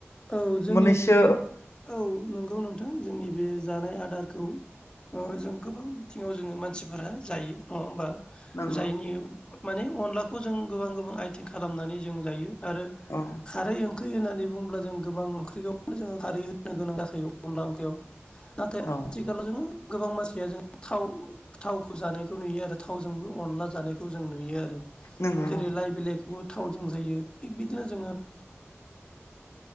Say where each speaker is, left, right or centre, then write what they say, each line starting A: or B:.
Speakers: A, on the left (about 20°); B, on the left (about 80°).
A: औ जोंनि
B: मोननैसो
A: जि बे औ नंगौ नों थां जोंनि बे जानाय आदारखौ जों गोबां बिथिङाव जोङो मानसिफोरा जायो। अ होमबा
B: नंगौ
A: जायनि माने अनलाखौ जों गोबां गोबां आइ थिं खालामनानै जों जायो आरो
B: औ
A: खारै ओं ओंख्रि होननानै बुङोब्ला जों गोबां ओंख्रिखौनो जोङो खारै होनो गोनां जाखायो अनला ओंख्रियाव। नाथाय
B: औ
A: आथिखालाव जोङो गोबां मानसिया जों थाव थावखौ जानायखौ नुयो आरो थावजोंबो अनला जानायखौ जों नुयो आरो
B: नंगौ
A: जेरै लाइ बिलाइखौ। थावजों जायो थिग बिदिनो जोङो <inaudible>